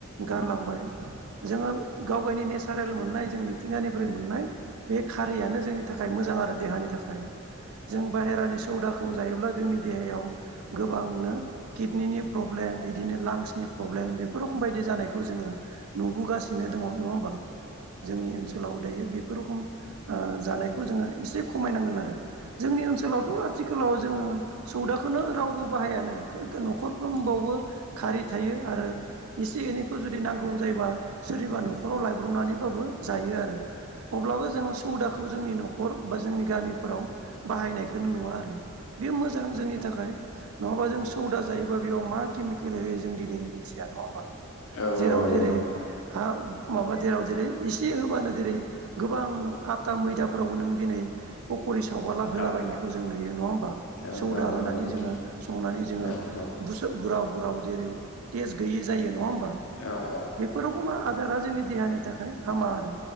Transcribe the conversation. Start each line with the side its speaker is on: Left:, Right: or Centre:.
Right: गारलांबाय जोङो गाव गावनि नेसारेल मोननाय जों मिथिंगानिफ्राय मोननाय बे खारियानो जोंनि थाखाय मोजां आरो देहानि थाखाय जों बाहेरानि सौदाखौ जायोब्ला जोंनि देहायाव गोबांनो किडनिनि प्रब्लेम बिदिनो लांसनि प्रब्लेम बे बेफोर रोखम बायदि जानायखौ जोङो नुबोगासिनो दङ नङा होमबा जोंनि ओनसोलाव दायो बे बे रखम जानायखौ जोङो एसे खमायनांगोन आरो जोंनि ओनसोलावथ' आथिालाव जोङो सौदाखौनो रावबो बाहायानो न'खरफ्रोमबावबो खारि थायो आरो एसे एनैखौ जुदि नांगौ जायोबा सोरनिबा न'खराव लायब्रबनानैबाबो जायो आरो अब्लाबो जोङो सुबौदाखौ जोंनि न'खर बा जोंनि गामिफोराव बाहायनायखौनो नुवा आरो बे मोजां जोंनि थाखाय नङाबा जों सौदा जायोबा बेयाव मा केमिकेल होयो जों दिनै मिथिया नङा होमबा
Left: औ
Right: जे राव
Left: औ
Right: दिनै
Left: नंगौ
Right: हा माबा जेराव जेरै एसे होबानो जेरै गोबां आथा मैदाफोरावबो नों दिनै पक'रि सावबाला होलाबायनायखौ
Left: औ
Right: जों नुयो नङा होमबा
Left: औ
Right: सौदा
Left: औ
Right: होनानै
Left: औ नंगौ
Right: जोङो संनानै जोङो
Left: औ औ
Right: बु बुराव बुराव जेरै तटेज गैयि जायो नङा होमबा
Left: औ
Right: बेफोरखौ मा दारा जोंनि देहानि थाखाय हामा आरो